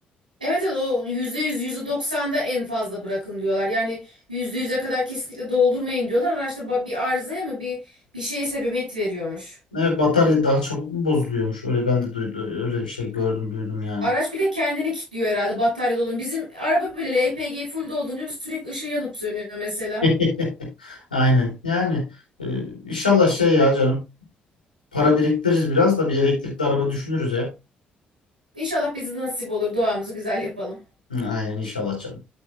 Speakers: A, on the right (about 85°); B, on the left (about 90°).
A: Evet evet o %100, %90'da en fazla bırakın diyorlar. Yani %100'e kadar kesinlikle doldurmayın diyorlar. Araçta ba- bir arızaya mı bir bir şeye sebebiyet veriyormuş.
B: Evet, batarya daha çabuk mu bozuluyormuş? Öyle ben de duydum, öyle bir şey gördüm duydum yani.
A: Araç bir de kendini kilitliyor herhalde batarya dolunca. Bizim araba bile LPG full dolunca sürekli ışığı yanıp sönüyor mesela.
B: <laughs> Aynen. Yani e, inşallah şey ya canım. Para biriktiririz biraz da bir elektrikli araba düşünürüz ya.
A: İnşallah bize de nasip olur. Duamızı güzel yapalım.
B: Hı, Aynen inşallah canım.